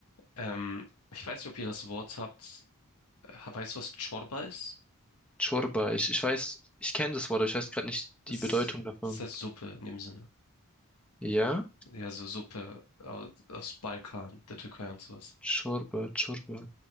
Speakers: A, on the left (about 85°); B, in the centre.
A: Ähm, ich weiß nicht, ob ihr das Wort habt. Äh, Weißt du, was Chorba ist?
B: Chorba. Ich, ich weiß, ich kenne das Wort, aber ich weiß gerade nicht
A: Das,
B: die Bedeutung davon.
A: das heißt Suppe in dem Sinne.
B: Ja?
A: Ja, so Suppe au- aus Balkan, der Türkei und sowas.
B: Chorba, Chorba.